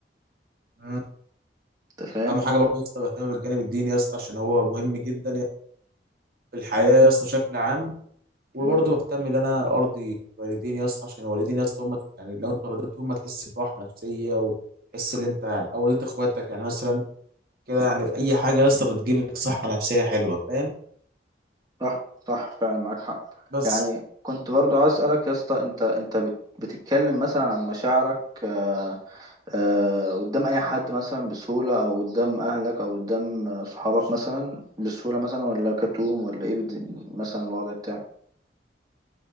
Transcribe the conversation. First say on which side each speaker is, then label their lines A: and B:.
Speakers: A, on the right; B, on the right.
A: مم.
B: أنت فاهم
A: اهم حاجه
B: هو
A: برضه يا اسطى بهتم بالجانب الديني يا اسطى عشان هو مهم جدا يا- اسطى في الحياه
B: مم.
A: يا اسطى بشكل عام وبرضه
B: مم.
A: بهتم ان انا ارضي والديني يا اسطى عشان والديني يا اسطى هم يعني لو انت رضيتهم هتحس براحه نفسيه وتحس ان انت يعني او رضيت اخواتك يعني مثلا كده يعني اي حاجه يا اسطى بتجيب لك صحه نفسيه حلوه فاهم
B: صح صح فعلا معاك حق
A: بس
B: يعني كنت برضو عايز اسالك يا اسطى انت انت بت- بتتكلم مثلا عن مشاعرك آه، آه، قدام اي حد مثلا بسهوله او قدام اهلك او قدام آه، صحابك مثلا بسهوله مثلا ولا كتوم ولا ايه بت- مثلا الوضع بتاعك